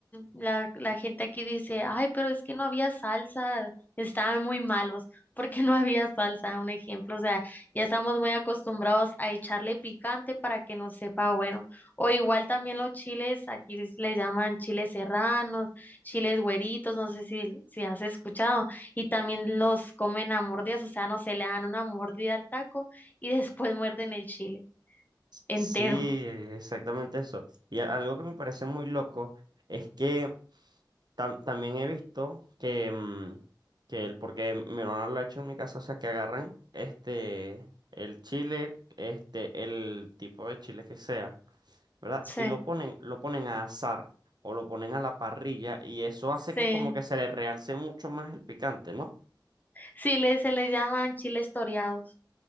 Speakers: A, on the left (about 20°); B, on the right (about 60°).
A: la, la gente aquí dice, ay, pero es que no había salsa, estaban muy malos, <laughs> porque no había salsa, un ejemplo, o sea, ya estamos muy acostumbrados a echarle picante para que nos sepa bueno, o igual también los chiles, aquí les les llaman chiles serranos, chiles güeritos, no sé si, si has escuchado, y también los comen a mordidas, o sea, no se le dan una mordida al taco y después muerden el chile entero.
B: Sí, exactamente eso. Y a- algo que me parece muy loco es que tam- también he visto que, mm, que el, porque mi hermana lo ha hecho en mi casa, o sea, que agarran este, el chile, este, el tipo de chile que sea, ¿verdad?
A: Sí.
B: Y lo ponen, lo ponen a asar o lo ponen a la parrilla y eso hace
A: Sí.
B: que como que se le realce mucho más el picante, ¿no?
A: Sí, le, se les llaman chiles toreados.